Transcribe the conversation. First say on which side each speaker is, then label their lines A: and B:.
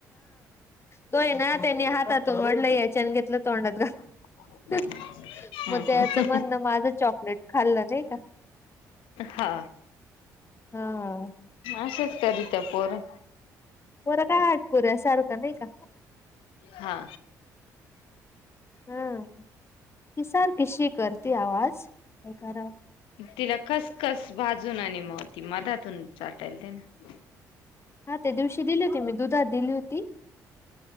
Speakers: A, on the left; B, on the left.
A: तोय ना त्यांनी हातातून वाढलं याच्यान घेतलं तोंडात
B: <unintelligible>
A: घातलं मग त्या
B: हा
A: यायचं म्हणणं माझं चॉकलेट खाल्लं नाही का?
B: हा.
A: हा..
B: असंच करत्य पोरं.
A: <unintelligible> काय हटकोऱ्या सारखं नाही का?
B: हा.
A: हा ही सारखं शी करते आवाज काय कराव
B: तिला खसखस भाजून आणि मग. ती मधातून चाटायला दे ना.
A: हा ते दिवशी दिली होती मी दुधात दिली होती